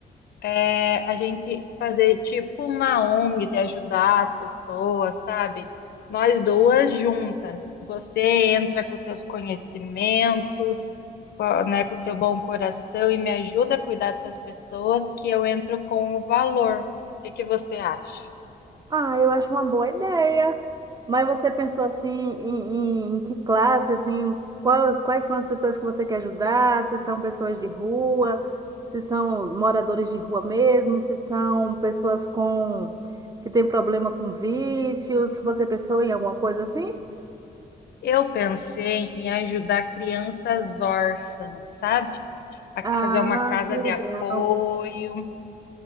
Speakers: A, on the left; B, on the right.
A: é, a gente fazer tipo uma ONG de ajudar as pessoas, sabe? Nós duas juntas. Você entra com seus conhecimentos, com a- né, com seu bom coração e me ajuda a cuidar dessas pessoas, que eu entro com o valor. O que que você acha?
B: Ah, eu acho uma boa ideia. Mas você pensou assim em, em- em que classe, assim, qual- quais são as pessoas que você quer ajudar? Se são pessoas de rua, se são moradores de rua mesmo, se são pessoas com que têm problema com vícios. Você pensou em alguma coisa assim?
A: Eu pensei em ajudar crianças órfãs, sabe? A
B: Ah,
A: fazer uma casa
B: que
A: de
B: legal.
A: apoio.